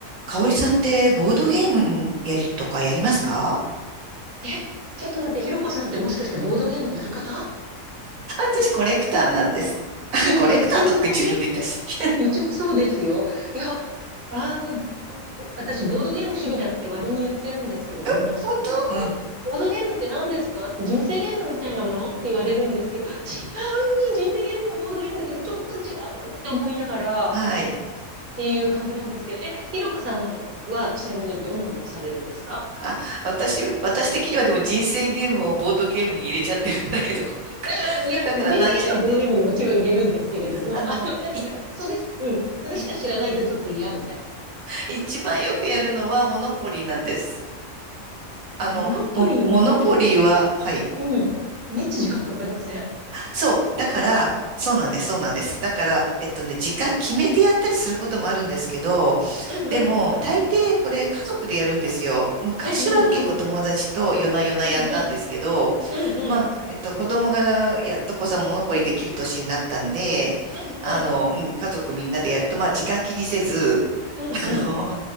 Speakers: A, on the right (about 80°); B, on the right (about 25°).
A: かおりさんってボードゲームやりとかやりますか
B: え、ちょっと待って、ひろこさんってもしかしてボードゲームやる方
A: 私コレクターなんです。<laughs>
B: えうちもこれ、
A: コレクターとか自分で言ったりする。
B: うちもそうですよ。いや、あの、私、ボードゲーム趣味だって割に言ってるんですけれども、
A: <laughs>
B: そうすると、
A: 本当うん。
B: ボードゲームって何ですかって人生ゲームみたいなものって言われるんですけど、違う人生ゲームもボードゲームだけど、ちょっと違うって思いながらっ
A: はい。
B: ていう感じなんですけど、え、ひろこさんはちなみにどんなものされるんですか
A: あ、私、私的にはでも人生ゲームをボードゲームに入れちゃってるんだけど、<laughs> なんか、
B: あーいや、
A: だからなんちゃって、
B: 人生ゲームはボードゲームにもちろん入れるんですけれども、
A: あの、
B: <laughs> あの、なんていうかな、
A: い、
B: それし、うん、それしか知らないとちょっと嫌みたいな。
A: い、一番よくやるのはモノポリーなんです。あの、
B: お、モノポリー、
A: も、モノポリーは、
B: め、
A: はい。
B: うん、めっちゃ時間かかりません
A: そう。だから、そうなんです、そうなんです。だから、えっとね、時間決めてやったりすることもあるんですけど、
B: うんうん、
A: でも、大抵これ家族でやるんですよ。昔は結構友達と夜な夜なやったんですけど、
B: うんうんうん、うんうん、うんうん、
A: まあ、えっと、子供がやっとこさ、モノポリできる年になったんで、
B: うんうん、
A: あの、うん、家族みんなでやると、まあ、時間気にせず、
B: うんうん、
A: あの、<laughs>